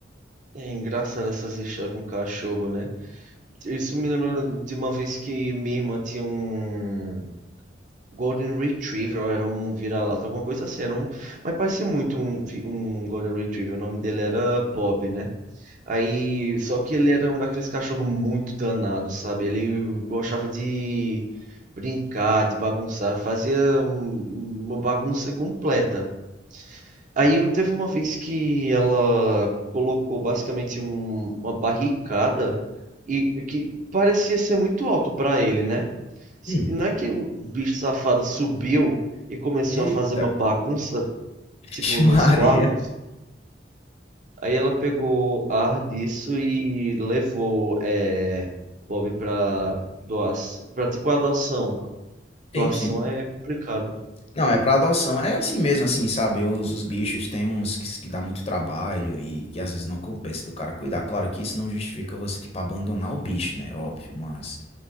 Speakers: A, on the right; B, on the left.
A: é engraçado essas histórias com cachorro, né? Isso me lembra de uma vez que minha irmã tinha um Golden Retriever, ou era um vira-lata, alguma coisa assim. Era um... Mas parecia muito um, vi- um Golden Retriever. O nome dele era Bob, né? Aí, só que ele era um daqueles cachorros muito danado, sabe? Ele gostava de brincar, de bagunçar, fazia um- uma bagunça completa. Aí
B: Hum,
A: um- teve uma vez que ela colocou basicamente um- uma barricada e e que parecia ser muito alto pra ele, né? S-
B: hum,
A: Não é que o bicho safado subiu e começou
B: eita,
A: a fazer uma bagunça,
B: <laughs>
A: tipo,
B: Maria.
A: nos quartos. Aí ela pegou ar disso e levou é, Bob pra doação, pra tipo adoção. Doação
B: Sim, sim.
A: é complicado.
B: Não, é pra adoção. É assim mesmo, assim, sabe? Os, os bichos tem uns que, que dá muito trabalho e que às vezes não compensa do cara cuidar. Claro que isso não justifica você, tipo, abandonar o bicho, né? Óbvio, mas